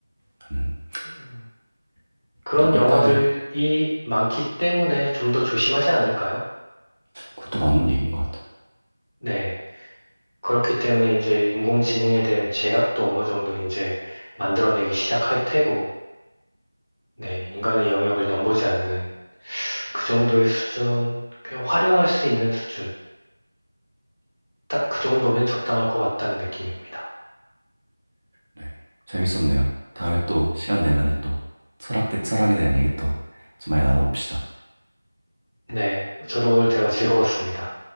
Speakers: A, on the right (about 35°); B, on the left (about 75°).
A: 하는
B: 음. 그런
A: 또 인간이
B: 영화들이 많기 때문에 좀 더 조심하지 않을까요?
A: 그것도 맞는 얘기인 것 같아요.
B: 네. 그렇기 때문에 이제 인공지능에 대한 제약도 어느 정도 이제 만들어내기 시작할 테고, 네. 인간의 영역을 넘보지 않는 그 정도의 수준은 그냥 활용할 수 있는 수준. 딱 그 정도면 적당할 것 같다는 느낌입니다.
A: 네. 재밌었네요. 다음에 또 시간 되면은 또 철학 대 철학에 대한 얘기 또 좀 많이 나눠봅시다.
B: 네. 저도 오늘 대화 즐거웠습니다.